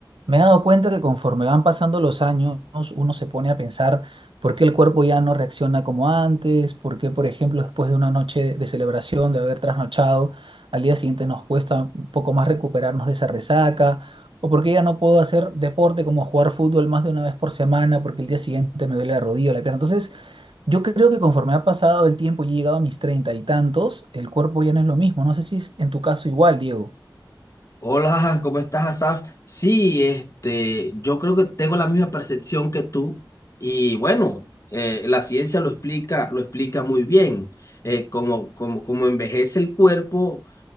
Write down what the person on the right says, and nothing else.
Me he dado cuenta que conforme van pasando los años, uno se pone a pensar por qué el cuerpo ya no reacciona como antes, por qué, por ejemplo, después de una noche de celebración, de haber trasnochado, al día siguiente nos cuesta un poco más recuperarnos de esa resaca, o por qué ya no puedo hacer deporte como jugar fútbol más de una vez por semana, porque el día siguiente me duele la rodilla o la pierna. Entonces, yo creo que conforme ha pasado el tiempo y he llegado a mis treinta y tantos, el cuerpo ya no es lo mismo. No sé si es en tu caso igual, Diego.